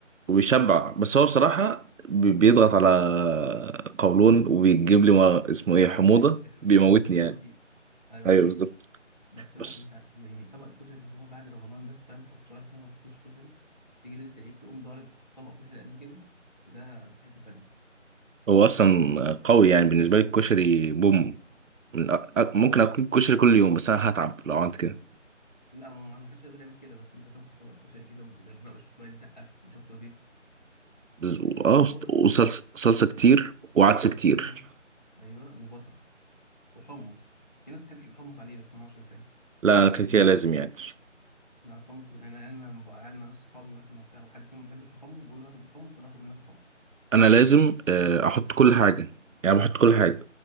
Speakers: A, on the right; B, on the left.
A: وبيشبع بس هو بصراحة بي- بيضغط على قولون وبيجيب لي ما اسمه إيه حموضة
B: ايوه <laughs> أيوة،
A: بيموتني
B: هم تتغابى
A: يعني
B: فيه ايوه
A: أيوه
B: ده حقيقي
A: بالظبط
B: بس انا
A: بس
B: انت يعني طبق الكشري اللي هو بعد رمضان ده فاهم تقعد شهر كده ما تاكلش كشري تيجي ليله العيد تقوم ضارب طبق كشري قد كده ده في حته تانيه
A: هو أصلا قوي يعني بالنسبة لي الكشري بوم من أ... أ- ممكن أكل كشري كل يوم بس أنا هتعب لو عملت كده
B: لا ما ما حدش يقدر يعمل كده بس انت تاكل طبق كشري كده وتغرقه شويه دقه وشطه زيت
A: بس... آه
B: وبصل
A: وصلصة
B: كتير
A: صلصة كتير وعدس كتير
B: ايوه ايوه وبصل وحمص في ناس ما بتحبش الحمص عليه بس ما اعرفش ازاي
A: لا أنا كده كده لازم يعني
B: لا الحمص بال- انا انا لما ببقى قاعد مع ناس صحابي مثلا وبتاع وحد فيهم ما بيحبش الحمص بقول له هاتوا بالحمص وانا اخد منك الحمص
A: انا لازم آه، احط كل حاجه يعني بحط كل حاجه